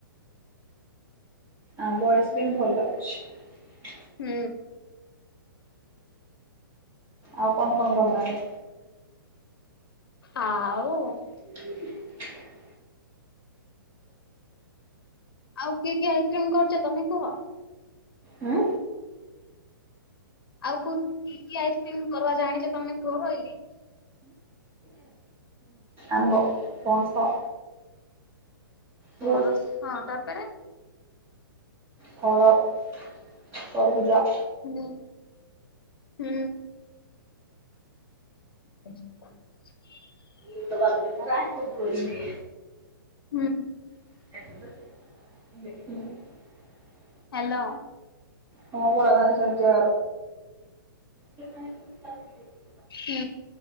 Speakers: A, on the right; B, on the left.
A: ଆମ୍ବ ଆଇସ୍କ୍ରିମ୍ ଭଲ ଲାଗୁଛି।
B: ହୁଁ।
A: ଆଉ କଣ କଣ ଭଲ ଲାଗେ?
B: ଆଉ
A: <inaudible>
B: ଆଉ କିଏ କିଏ ଆଇସକ୍ରିମ୍ କରୁଚ ତମେ କୁହ?
A: ହୁଁ?
B: ଆଉ କୋଉ କି କି ଆଇସକ୍ରିମ କରିବା ଜାଣିଛ ତମେ କୁହ ବଇଲି?
A: ଆମ୍ବ ପଣସ। ଫ୍ରୁଟ୍ସ୍
B: ପଣସ ହଁ ତାପରେ
A: ଫଳ ତରଭୁଜ।
B: ହ ହୁଁ। <unintelligible>
A: ମୁ ତ ବାବୁ ତ ଖରା କୁ କୁହି ନେ।
B: ହୁଁ।
A: <unintelligible>
B: ହାଲୋ।
A: ହଁ ପରା ତାଙ୍କେ। <unintelligible>
B: ହୁଁ।